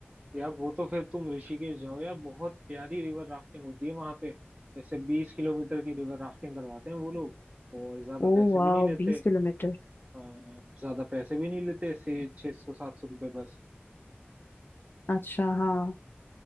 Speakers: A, on the right (about 20°); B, on the left (about 50°).
A: यार वो तो फिर तुम ऋषिकेश जाओ यार बहुत प्यारी रिवर राफ्टिंग होती है वहां पे जैसे बीस किलोमीटर की रिवर राफ्टिंग करवाते हैं वो लोग और ज्यादा पैसे
B: ओ वाह
A: भी नहीं लेते
B: बीस किलोमीटर
A: अ, ज्यादा पैसे भी नहीं लेते से छह सौ सात सौ रुपये बस
B: अच्छा हाँ